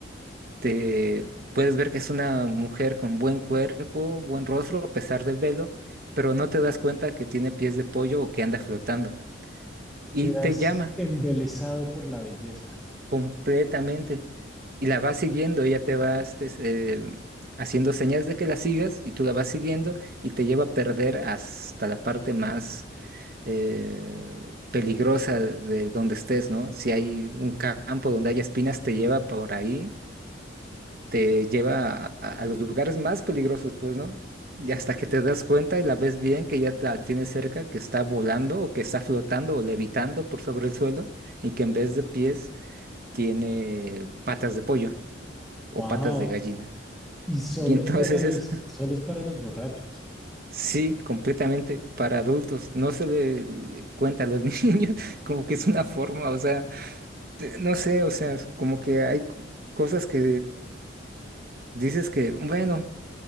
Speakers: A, on the right; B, in the centre.
A: te puedes ver que es una mujer con buen cuerpo, buen rostro, a pesar del velo, pero no te das cuenta que tiene pies de pollo o que anda flotando. Y
B: Quedas
A: te llama
B: embelesado por la belleza.
A: completamente. Y la vas siguiendo, ella te va este, eh, haciendo señas de que la sigas y tú la vas siguiendo y te lleva a perder hasta la parte más eh, peligrosa de donde estés, ¿no? Si hay un campo donde haya espinas, te lleva por ahí te lleva a, a los lugares más peligrosos, pues, ¿no? Y hasta que te das cuenta y la ves bien que ya la tienes cerca, que está volando o que está flotando o levitando por sobre el suelo y que en vez de pies tiene patas de pollo o
B: Wow.
A: patas de gallina.
B: Y solo
A: Y entonces
B: es para los,
A: es,
B: solo es para los borrachos.
A: <laughs> sí, completamente para adultos. No se le le cuenta a los <laughs> niños como que es una forma, o sea, de- no sé, o sea, es como que hay c- cosas que dices que, bueno,